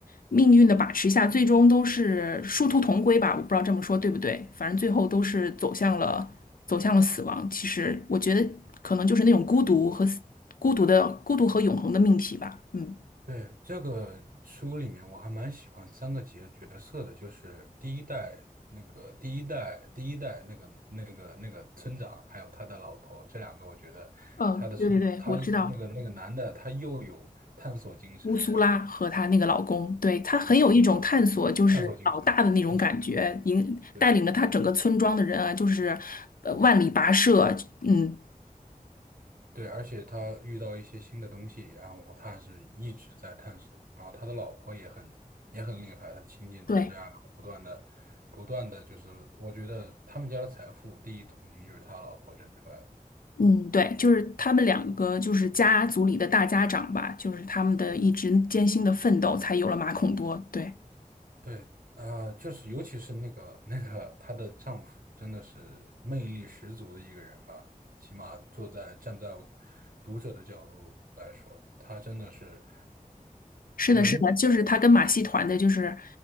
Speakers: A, on the left (about 75°); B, on the right (about 65°).
A: 命运的把持下，最终都是殊途同归吧。我不知道这么说对不对，反正最后都是走向了走向了死亡。其实我觉得可能就是那种孤独和孤独的孤独和永恒的命题吧。嗯
B: 对，这个书里面我还蛮喜欢三个角角色的，就是第一代那个第一代第一代那个那个那个村长，还有他的老婆，这两个我觉得他的村他那个那个男的他又有探索精神，
A: 嗯，对对对，我知道。乌苏拉和她那个老公，
B: 然后
A: 对，她很有一种探索就是老大的那种感觉，
B: 对对探索精神探索精神，
A: 引带领着她整个村庄的人啊，
B: 对，
A: 就是呃万里跋涉，嗯，
B: 对，而且他遇到一些新的东西，然后他还是一直在探索。然后他的老婆也很也很厉害，他勤俭持家，
A: 对，
B: 然后不断的不断的就是，我觉得他们家的财富第一桶金就是他老婆挣出来的。
A: 嗯，对，就是他们两个就是家族里的大家长吧，就是他们的一直艰辛的奋斗，才有了马孔多。对，
B: 对，啊、就是尤其是那个那个她的丈夫，真的是魅力十足的一个人吧。起码坐在站在读者的角度来说，他真的是
A: 是的，
B: 文学
A: 是的，就是他跟马戏团的，就是